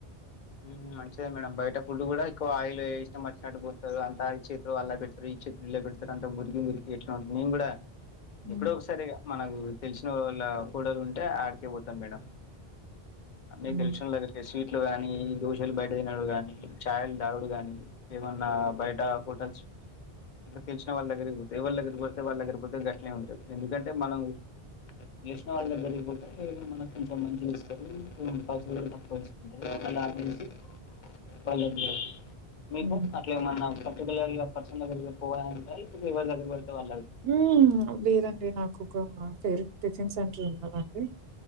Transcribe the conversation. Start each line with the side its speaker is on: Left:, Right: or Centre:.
Left: ఉమ్ మంచిదే మేడం బయట ఫుడ్ కూడా ఎక్కువ ఆయిల్ ఇష్టం వచ్చినట్టు పోతది అం. ఈ చేతు అలా పెడతారు ఈ చేతు ఇలా పెడతారు అంత ముర్కి ముర్కి ఎట్లాంది నేను కూడా.
Right: హ్మ్
Left: ఎప్పుడో ఒక్సారి మనకు తెలిసిన వాళ్ళ హోటలుంటే ఆడికే పోతాం మేడం. అన్నీ
Right: హ్మ్.
Left: తెల్షినోల్లా స్వీట్లు కాని. ఈ దోశలు బయట తినడు గాని చాయలు తాగుడు గాని ఏమన్నా బయట హోటల్స్. అ తెల్సిన వాళ్ళ దగ్గరికి పోతే ఎవర్ దగ్గరికి పోతే వాళ్ళ దగ్గరికితే పోతే గట్లేనే ఉంటంది ఎందుకంటే మనం తెల్సిన వాళ్ళ దగ్గర పోతే మనకు కొంచెం మంచిగా ఇస్తారు పైసల్ కూడా తక్కువ్ తీస్కుంటారు వాళ్ళ అండిచి వాళ్ళకు మీకు
Right: హ్మ్.
Left: అట్లా ఏమన్నా ఒక పర్సనల్ దగ్గర్కి పోవాలాంటే ఇప్పుడ్ ఎవర్ దగ్గర్ పడితే వాళ్ళది
Right: ఊమ్ లేదండి నాకు ఒక ఫేవరేట్ టిఫిన్ సెంటర్ ఉన్నదండి